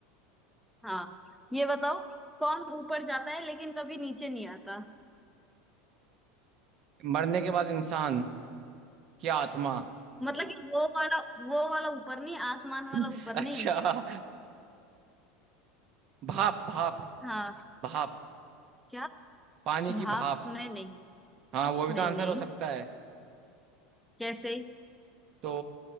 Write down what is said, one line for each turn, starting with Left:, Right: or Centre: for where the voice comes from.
Centre: <laughs> हाँ ये बताओ कौन ऊपर जाता है लेकिन कभी नीचे नहीं आता
Right: मरने के बाद इंसान क्या आत्मा
Centre: मतलब कि वो वाला वो वाला ऊपर नहीं आसमान वाला
Right: <laughs>
Centre: ऊपर
Right: अच्छा
Centre: नहीं
Right: भाप भाप
Centre: हाँ
Right: भाप
Centre: क्या
Right: पानी की
Centre: भाप
Right: भाप
Centre: नहीं नहीं
Right: हाँ वो भी
Centre: नहीं
Right: तो आंसर
Centre: नहीं
Right: हो सकता है
Centre: कैसे
Right: तो